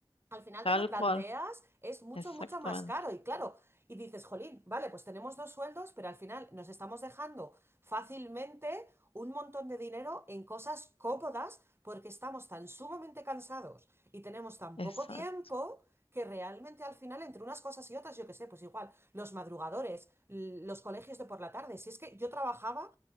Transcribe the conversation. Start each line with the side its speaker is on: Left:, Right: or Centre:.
Right: al final
Left: tal
Right: te lo planteas,
Left: cual,
Right: es mucho,
Left: exactamente,
Right: mucho más caro y claro, y dices, jolín, vale, pues tenemos dos sueldos, pero al final nos estamos dejando fácilmente un montón de dinero en cosas cómodas porque estamos tan sumamente cansados y tenemos tan
Left: exacto.
Right: poco tiempo que realmente al final entre unas cosas y otras, yo qué sé, pues igual, los madrugadores, l- los colegios de por la tarde, si es que yo trabajaba